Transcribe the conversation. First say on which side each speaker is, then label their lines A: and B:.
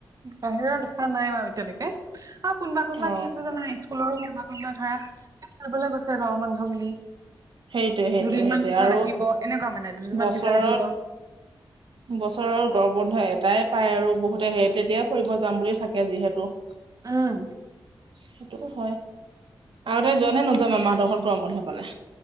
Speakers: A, on the right; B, on the right.
A: বাহিৰৰ দেখা নাই বাৰু এতিয়ালেকে অ কোনোবা কোনোবা
B: অ
A: কি হৈছে জানো স্কুলৰো কোনোবা কোনোবা ধৰা বলৈ গৈছে গৰম বন্ধ বুলি
B: সেইটোৱে সেইটোৱে
A: দুদিন
B: সেইটোৱে
A: মান পিছত
B: আৰু
A: আহিব এনেকুৱা মানে দুদিনমান
B: বছৰত
A: পিছত আহিব
B: বছৰৰ গৰম বন্ধ এটাই পায় আৰু বহুতে সেই তেতিয়াই ফুৰিব যাম বুলি থাকে যিহেতু
A: উম
B: সেইটোতো হয় আগতে যোৱা নে নোযোৱা মামাহতৰ ঘৰত গৰম বন্ধ পালে